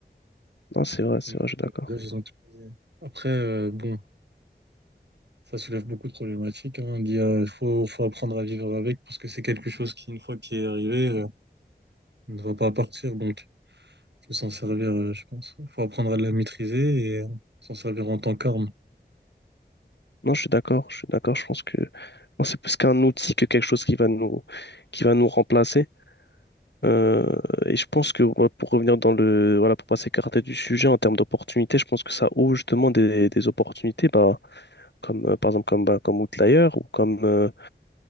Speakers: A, on the left; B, on the right.
A: Non, c'est vrai, c'est
B: Les modèles
A: vrai, je suis d'accord.
B: de langage, ils ont explosé. Après, euh, bon, ça soulève beaucoup de problématiques. Hein. L'IA, il faut, faut apprendre à vivre avec parce que c'est quelque chose qui, une fois qui est arrivé, euh, ne va pas partir. Donc, que s'en servir, euh, je pense. Il faut apprendre à la maîtriser et euh, s'en servir en tant qu'arme.
A: Non, je suis d'accord, je suis d'accord. Je pense que non, c'est plus qu'un outil que quelque chose qui va nous, qui va nous remplacer. Euh, et je pense que ouais, pour revenir dans le, voilà, pour pas s'écarter du sujet en termes d'opportunités, je pense que ça ouvre justement des, des opportunités, bah, comme euh, par exemple comme, bah, comme Outlier ou comme, euh,